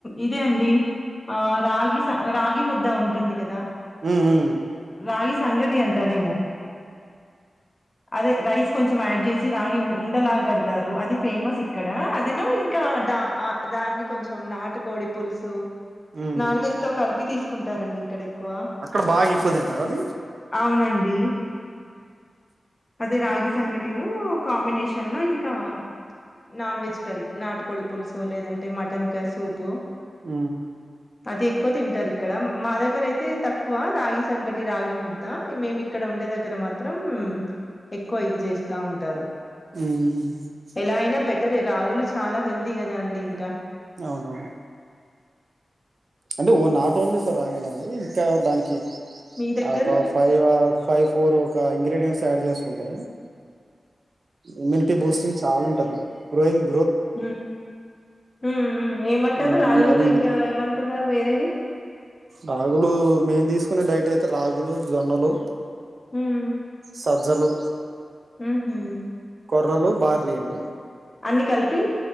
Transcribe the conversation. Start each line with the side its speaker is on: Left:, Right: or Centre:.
Left: ఇదే అండి ఆ రాగి సం రాగి ముద్ద ఉంటుంది కదా
Right: ఉ ఊ
Left: రాగి సంగటి అంటారేమో అదే రైస్ కొంచెం యాడ్ చేసి రాగి ఉండలాగ గడతారు అది ఫేమస్ ఇక్కడ అదేను ఇంకా ఆ దా దాన్ని కొంచెం నాటుకోడి పులుసు
Right: ఉమ్
Left: నాన్ వెజ్ తో కలిపి తీసుకు కుంటారండి ఇక్కడ ఎక్కువ
Right: అక్కడ బాగా ఎక్కువ తింటారా అది
Left: అవునండి అదే రాగి సంగటిను కాంబినేషన్ లో ఇంకా నాన్ వెజ్ కర్రీ నాటుకోడి పులుసో లేదంటే మటన్ కర్రీ సూపో
Right: ఊ
Left: అది ఎక్కువ తింటారు ఇక్కడ మా దగ్గర అయితే తక్కువ రాగి సంకటి రాగి ముద్ద మేము ఇక్కడ ఉండే దగ్గర మాత్రం ఎక్కువ ఇది చేస్తా ఉంటారు
Right: మ్
Left: లా అయినా బెటర్ రాగులు చాలా హెల్దీ కదా అండి ఇంకా
Right: అవునవును అంటే ఓ నాట్ ఓన్లీ ఫర్ రాయవల్ అండి ఇ దానికి
Left: మీ దగ్గర
Right: ఒక ఫైవ్ ఫైవ్ ఫోర్ ఒక ఇంగ్రీడియంట్స్ యాడ్ చేసుకుంటా ఇమ్యూనిటీ బూస్టింగ్ చాలా ఉంటది ర్రోయింగ్
Left: మ్ మ్ ఏమంటారు
Right: ఉమ్,
Left: రాగులితో
Right: ఉమ్, అవి
Left: ఇంకా ఏమంట వేరేవి
Right: రాగులు మేన్ తీసు కునే డైట్ అయితే రాగులు జొన్నలు
Left: ఉమ్
Right: సజ్జలు
Left: ఉహు
Right: ఆడ్రలు బార్లీయండి
Left: అన్ని కలిపి